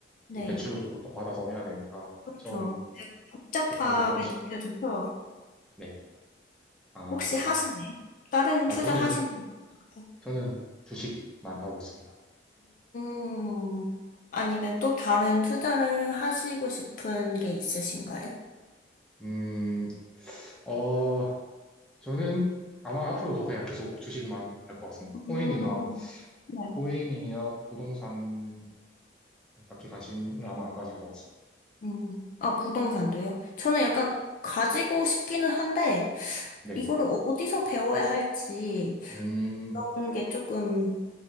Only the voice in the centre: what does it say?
또 대출도 보통 받아서 해야 되니까,
처음
접하기가 쉽,
네. 아,
아,
저는,
저는 주식만 하고 있습니다.
음, 어, 저는 아마 앞으로도 그냥 계속 주식만 할 것 같습니다.
코인이나,
코인이나 부동산 딱히 관심을 아마 안 가질 것 같습니다.
네.
음,